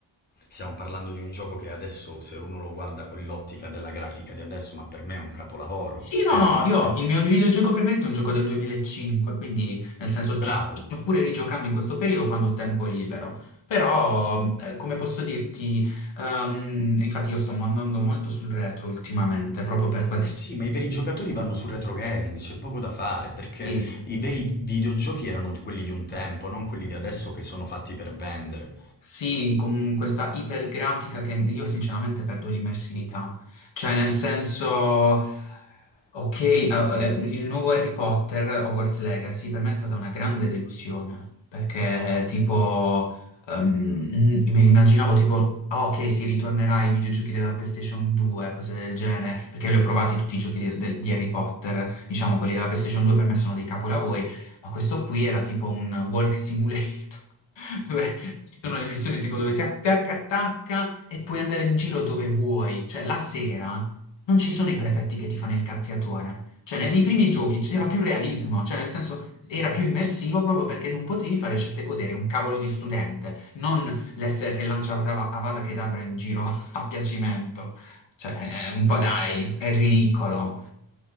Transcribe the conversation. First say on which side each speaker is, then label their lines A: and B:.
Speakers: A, on the left; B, on the left.
A: Stiamo parlando di un gioco che adesso, se uno lo guarda con l'ottica della grafica di adesso, ma per me è un capolavoro,
B: Sì,
A: ok?
B: no, no, io
A: Per-
B: il mio videogioco preferito è un gioco del 2005, quindi nel senso
A: Bravo.
B: ci sto pure rigiocando in questo periodo quando ho tempo libero. Però, eh, come posso dirti, ehm, infatti io sto andando molto sul retro ultimamente, proprio per questo.
A: Eh sì, ma i veri giocatori vanno sul retro gaming, c'è poco da fare, perché
B: Sì,
A: i veri videogiochi erano di- quelli di un tempo, non quelli di adesso che sono fatti per vendere.
B: sì, con questa ipergrafica che io sinceramente perdo l'immersività. Cioè, nel senso... Ok, ah, eh, il nuovo Harry Potter, Hogwarts Legacy, per me è stata una grande delusione, perché tipo, ehm, mm, mi immaginavo tipo, ah, ok, si ritornerà ai videogiochi della PlayStation 2, cose del genere, perché li ho provati tutti i giochi di, de- di Harry Potter, diciamo, quelli della PlayStation 2 per me sono dei capolavori, ma questo qui era tipo un walk simulator, <laughs> dove ci sono le missioni tipo dove si attacca, attacca e puoi andare in giro dove vuoi, cioè la sera non ci sono i prefetti che ti fanno il cazziatore. Cioè, nei nei primi giochi c'era più realismo, cioè nel senso era più immersivo proprio perché non potevi fare certe cose, eri un cavolo di studente, non l'essere che lanciava Avada Kedavra in giro <laughs> a piacimento. Cioè, eh, un po' dai, è ridicolo.